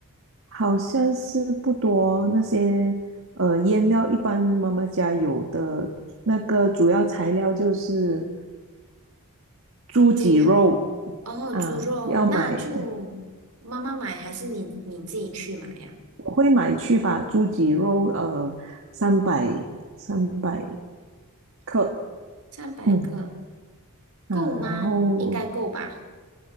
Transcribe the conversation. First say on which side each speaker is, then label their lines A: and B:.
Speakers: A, on the right; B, on the right.
A: 好像是不多那些呃腌料，一般妈妈家有的那个主要材料就是猪脊肉
B: 猪肉哦，
A: 啊，
B: 猪肉那就妈妈买还是你你自己去买呀？
A: 要买我会买去把猪脊肉呃三百三百克，
B: 三百克
A: 嗯啊，
B: 够吗？
A: 然后
B: 应该够吧。